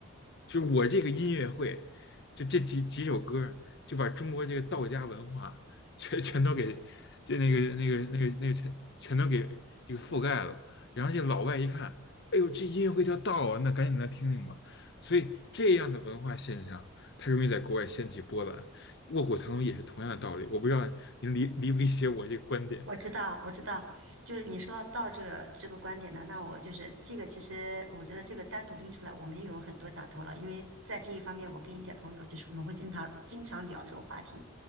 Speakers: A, on the left; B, on the right.
A: 就我这个音乐会，就这几几首歌，就把中国这个道家文化 <laughs> 全全都给就那个那个那个那个全全都给这个覆盖了。然后这老外一看，哎呦，这音乐会叫道啊，那赶紧来听听吧。所以这样的文化现象，它容易在国外掀起波澜。卧虎藏龙也是同样的道理，我不知道您理理不理解我这个观点。
B: 我知道，我知道，就是你说到道这个这个观点呢，那我就是这个，其实我觉得这个单独拎出来，我们也有很多讲头了，因为在这一方面，我跟一些朋友就是我们会经常经常聊这个话题。